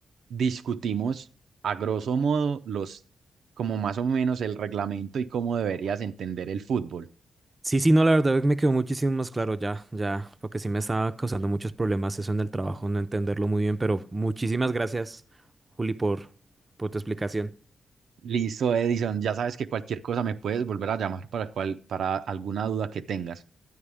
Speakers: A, on the right; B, on the right.
A: discutimos a grosso modo los, como más o menos el reglamento y cómo deberías entender el fútbol.
B: Sí, sí, no, la verdad me quedó muchísimo más claro ya, ya, porque sí me estaba causando muchos problemas eso en el trabajo, no entenderlo muy bien, pero muchísimas gracias, Juli, por, por tu explicación.
A: Listo, Edison, ya sabes que cualquier cosa me puedes volver a llamar para cual, para alguna duda que tengas.